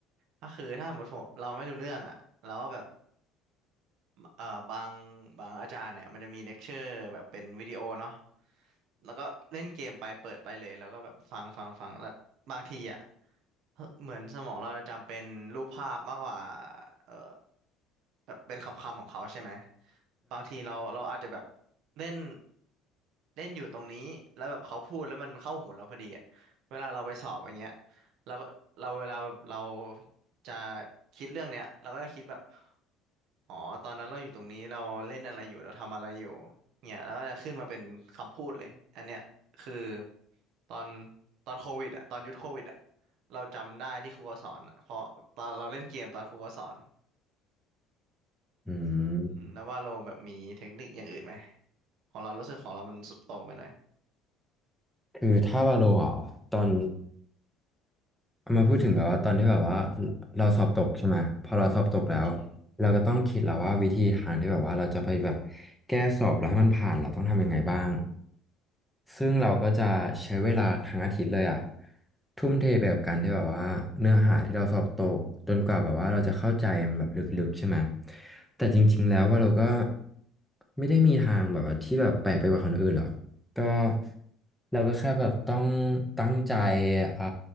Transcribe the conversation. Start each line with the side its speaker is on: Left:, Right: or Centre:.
Right: ก็คือถ้าสมมติผมเราไม่รู้เรื่องอะเราก็แบบ เอ่อบางบางอาจารย์เนี่ยมันจะมีเลคเชอร์แบบเป็นวิดีโอเนาะแล้วก็เล่นเกมไปเปิดไปเลยแล้วก็แบบฟังฟังฟังแล้วบางทีอ่ะเฮ้ยเหมือนสมองเราจำเป็นรูปภาพมากกว่าเอ่อแบบเป็นคำคำของเขาใช่ไหมบางทีเราเราอาจจะแบบเล่นเล่นอยู่ตรงนี้แล้วแบบเขาพูดแล้วมันเข้าหูเราพอดีอ่ะเวลาเราไปสอบอย่างเงี้ยเราก็เราเวลาแบบเราจะคิดเรื่องเนี้ยเราก็จะคิดแบบ อ๋อตอนนั้นเราอยู่ตรงนี้เราเล่นอะไรอยู่เราทำอะไรอยู่เนี่ยแล้วก็จะขึ้นมาเป็นคำพูดเลยอันเนี้ยคือตอนตอนโควิดอ่ะตอนยุคโควิดอ่ะเราจำได้ที่ครูเขาสอนอะเพราะตอนเราเล่นเกมตอนครูเขาสอน
Centre: อืม
Right: อืมแล้วว่าเราแบบมีเทคนิคอย่างอื่นไหมของเรารู้สึกของเรามันสุดโต่งไปหน่อย
Centre: คือถ้าวาโลอ่ะตอน เอามาพูดถึงแบบว่าตอนที่แบบว่าเราสอบตกใช่ไหมพอเราสอบตกแล้ว
Right: อืม
Centre: เราก็ต้องคิดแล้วว่าวิธีทางที่แบบว่าเราจะไปแบบแก้สอบแล้วให้มันผ่านเราต้องทำยังไงบ้างซึ่งเราก็จะใช้เวลาทั้งอาทิตย์เลยอะทุ่มเทไปกับการที่แบบว่าเนื้อหาที่เราสอบตกจนกว่าแบบว่าเราจะเข้าใจมันแบบลึกๆใช่ไหมแต่จริงๆแล้วว่าเราก็ไม่ได้มีทางแบบว่าที่แบบแปลกไปกว่าคนอื่นหรอก ก็เราก็แค่แบบต้องตั้งใจอ่า